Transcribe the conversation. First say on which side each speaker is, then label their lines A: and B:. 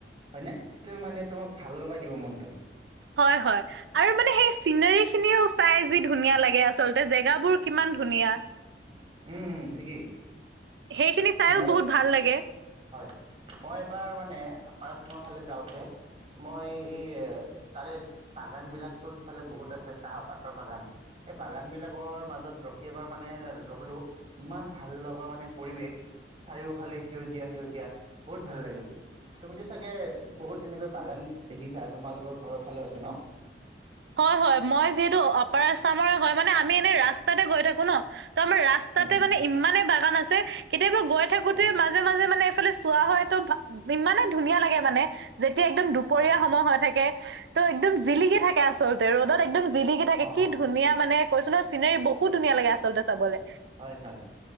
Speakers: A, on the right; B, on the right.
A: হয়নে? সেইটোৱে মানে তোমাক ভাল লগাই দিব মনটো।
B: হয়, হয়। আৰু মানে সেই চিনেৰীখিনিও চাই যি ধুনীয়া লাগে আচলতে, জেগাবোৰ কিমান ধুনীয়া। <inaudible>
A: উম, উম ঠিকেই।
B: সেইখিনি চাইও
A: মই
B: বহুত ভাল লাগে
A: হয়, মই এবাৰ মানে, আপাৰ আচামৰ ফালে যাওঁতে মই এই তাৰে বাগান বিলাকতো সেইফালে বহুত আছে চাহৰ, পাতৰ বাগান। এই বাগান বিলাকৰ মাজত ৰখি এবাৰ মানে ৰ'লো, ইমান ভাল লগা মানে পৰিৱেশ। চাৰিওফালে সেউজীয়া, সেউজীয়া বহুত ভাল লাগিল। তুমিটো চাগে, বহুত এনেকৈ বাগান দেখিছা। তোমালোকৰ ঘৰৰ ফালেও আছে ন '?
B: হয়, হয় মই যিহেতু অ আপাৰ আচামৰে হয়। মানে, আমি এনে ৰাস্তাতে গৈ থাকো ন'? ত' আমাৰ ৰা ৰাস্তাতে
A: উম উম
B: মানে ইমানে বাগান আছে কেতিয়াবা গৈ থাকোতে
A: হয়
B: মাজ মাজে মাজে মানে এইফালে চোৱা হয়টো ভা ইমানে ধুনীয়া লাগে মানে যেতিয়া একদম দুপৰীয়া
A: হয় হয়
B: সময় হৈ থাকে ত' একদম জিলিকি থাকে আচলতে, ৰ'দত একদম জি জিলিকি থাকে।
A: অ'
B: কি ধুনীয়া মানে কৈছো নহয়, চিনেৰী বহুত ধুনীয়া লাগে আচলতে চাবলে।
A: হয় হয়